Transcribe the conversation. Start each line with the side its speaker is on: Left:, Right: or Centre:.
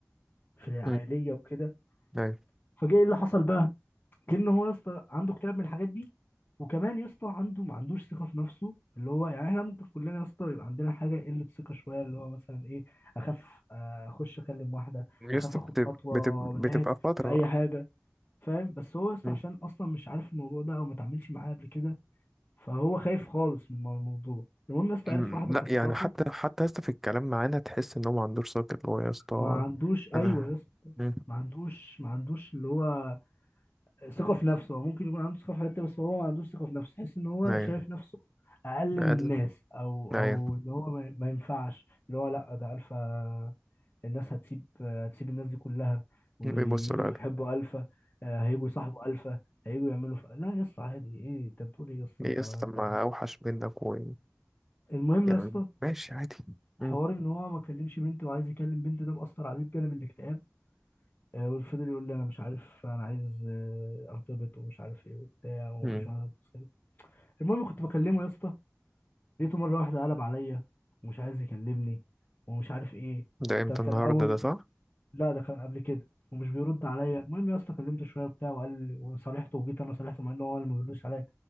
Left: في العائلية
Centre: مم.
Left: وكده
Centre: ايوه
Left: فجه ايه اللي حصل بقى؟ كأنه هو يا اسطى عنده اكتئاب من الحاجات دي وكمان يا اسطى عنده ما عندوش ثقه في نفسه اللي هو يعني احنا ممكن كلنا يا اسطى يبقى عندنا حاجه قله ثقه شويه اللي هو مثلا ايه اخاف آه، اخش اكلم واحده
Centre: يسطا
Left: اخاف اخد خطوه
Centre: بتبقى
Left: من
Centre: بتبقى
Left: ناحيه
Centre: فترة
Left: في اي حاجه فاهم بس هو يا اسطى
Centre: مم.
Left: عشان اصلا مش عارف الموضوع ده او ما اتعاملش معاه قبل كده فهو خايف خالص من الموضوع المهم يا اسطى
Centre: مم،
Left: عرف واحده
Centre: لا
Left: كصداقه
Centre: يعني حتى حتى يسطا في الكلام معانا تحس ان هو ما عندوش ساكت اللي هو يسطا
Left: ما عندوش ايوه
Centre: انا
Left: يا اسطى
Centre: مم.
Left: ما عندوش ما عندوش اللي هو ثقة في نفسه هو ممكن يكون عنده ثقة في حته بس هو ما عندوش ثقة في نفسه تحس ان هو
Centre: ايوه
Left: شايف نفسه اقل
Centre: قال
Left: من الناس او
Centre: ايوه
Left: او ان هو ما ما ينفعش اللي هو لا ده الفا الناس هتسيب هتسيب الناس دي كلها وييجوا
Centre: بيبص له قال
Left: يحبوا الفا آه، هيجوا يصاحبوا الفا هيجوا يعملوا ف... لا يا اسطى عادي ايه انت بتقول ايه يا اسطى
Centre: ليه
Left: انت
Centre: يسطا
Left: ما
Centre: طب
Left: انت
Centre: ما اوحش منك و
Left: المهم
Centre: يعني
Left: يا اسطى
Centre: ماشي عادي مم.
Left: حوار ان هو ما كلمش بنت وعايز يكلم بنت ده مأثر عليه بجانب الاكتئاب آه، وفضل يقول لي انا مش عارف انا عايز آه، ارتبط ومش عارف ايه وبتاع ومفيش
Centre: مم.
Left: واحده هتبص لي المهم كنت بكلمه يا اسطى لقيته مره واحده قلب عليا ومش عايز يكلمني ومش عارف ايه
Centre: ده امتى
Left: ده كان
Centre: النهارده
Left: اول
Centre: ده صح؟
Left: لا ده كان قبل كده ومش بيرد عليا المهم يا اسطى كلمته شويه وبتاع وقال لي، وصالحته وجيت انا صالحته مع ان هو اللي ما بيردش عليا